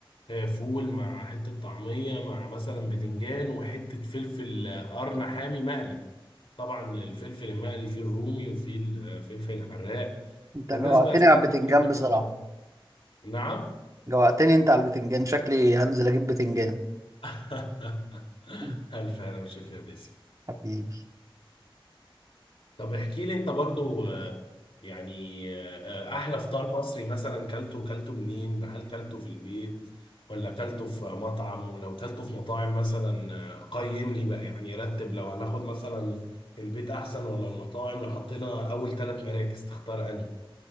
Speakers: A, on the left; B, on the right.
A: آه، فول مع حتة طعمية مع مثلا بتنجان وحتة فلفل آه، قرن حامي مقلي طبعا الفلفل المقلي فيه الرومي وفيه الفلفل الحراق
B: انت
A: والناس
B: جوعتني
A: بقى ساعات
B: على البتنجان
A: ممكن تاكل
B: بصراحة
A: ده نعم
B: جوعتني انت على البتنجان شكلي هنزل اجيب بتنجان
A: <laughs>
B: <laughs>
A: ألف هلا وشفا يا باسم
B: حبيبي
A: طب احكي لي أنت برضو آه، يعني آه، آه، أحلى فطار مصري مثلا كلته كلته منين؟ هل كلته في البيت ولا كلته في مطعم؟ ولو كلته في مطاعم مثلا آه، قيم لي بقى يعني رتب لو هناخد مثلا البيت أحسن ولا المطاعم لو حطينا أول ثلاث مراكز تختار أنهي؟